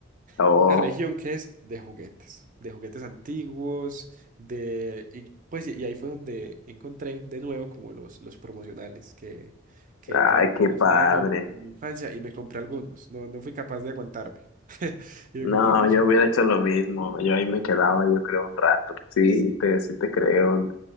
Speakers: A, on the left (about 80°); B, on the right (about 40°).
A: Oh,
B: Y hay Una región que es de juguetes, de juguetes antiguos, de... Y, pues, sí, y ahí fue donde encontré de nuevo como los, los promocionales que, que,
A: ay,
B: que
A: qué
B: coleccionaba
A: padre.
B: en mi, en mi infancia y me compré algunos. No, no fui capaz de aguantarme. <laughs> Y me
A: No,
B: compré algunos
A: yo
B: promocionales.
A: hubiera hecho lo mismo. Yo ahí me quedaba, yo creo, un rato. Sí,
B: Sí.
A: te, sí te creo.